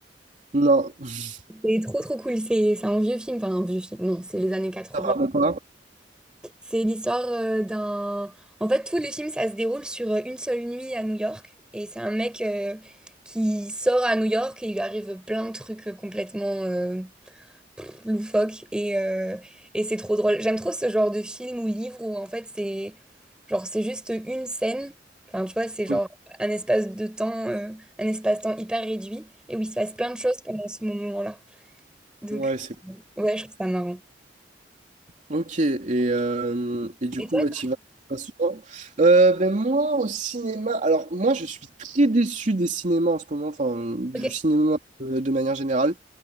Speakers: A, on the right (about 45°); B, in the centre.
A: Non, <laughs>
B: C'est trop trop cool. C'est c'est un vieux film, enfin un vieux film. Non, c'est les années 80.
A: ça va pas.
B: C'est l'histoire euh, d'un... En fait, tout le film, ça se déroule sur euh, une seule nuit à New York. Et c'est un mec euh, qui sort à New York et il lui arrive plein de trucs euh, complètement euh, loufoques. Et, euh, et c'est trop drôle. J'aime trop ce genre de film ou livre où, en fait, c'est genre, c'est juste une scène. Enfin, tu vois, c'est genre
A: Mm.
B: un espace de temps, euh, un espace-temps hyper réduit et où il se passe plein de choses pendant ce moment-là. Donc,
A: Ouais, c'est
B: ouais, je trouve ça marrant.
A: Ok, et, euh, et du
B: Et
A: coup,
B: toi,
A: ouais,
B: tu-
A: tu vas pas souvent. Euh, ben moi, au cinéma, alors moi, je suis très déçu des cinémas en ce moment, enfin, du
B: ok.
A: cinéma euh, de manière générale.